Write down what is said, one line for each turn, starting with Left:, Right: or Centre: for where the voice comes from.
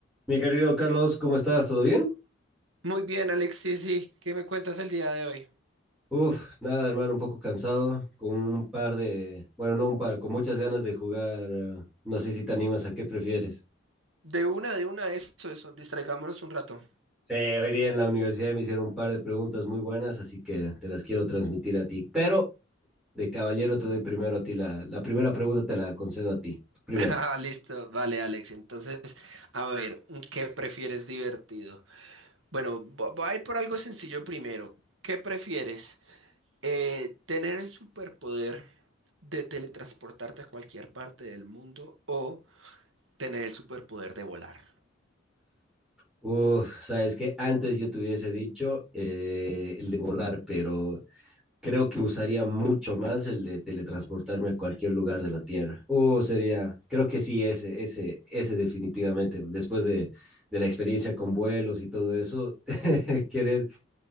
Centre: Mi querido Carlos, ¿cómo estás? ¿Todo bien?
Right: Muy bien, Alexis, sí, ¿qué me cuentas el día de hoy?
Centre: Uf, nada, hermano, un poco cansado, con un par de, bueno, no un par, con muchas ganas de jugar. eh, No sé si te animas a qué prefieres.
Right: De una, de una, eso, eso, distraigámonos un rato.
Centre: Sí, hoy día en la universidad me hicieron un par de preguntas muy buenas, así que te las quiero transmitir a ti. Pero de caballero te doy primero a ti la, la primera pregunta, te la concedo a ti. Primero.
Right: <laughs> Ah, listo, vale, Alex. Entonces, a ver, ¿qué prefieres divertido? Bueno, vo- voy a ir por algo sencillo primero. ¿Qué prefieres? Eh, ¿tener el superpoder de teletransportarte a cualquier parte del mundo o tener el superpoder de volar?
Centre: Uf, sabes que antes yo te hubiese dicho eh, el de volar, pero creo que usaría mucho más el de teletransportarme a cualquier lugar de la Tierra. O sería, creo que sí, ese, ese, ese definitivamente, después de, de la experiencia con vuelos y todo eso, <laughs> querer,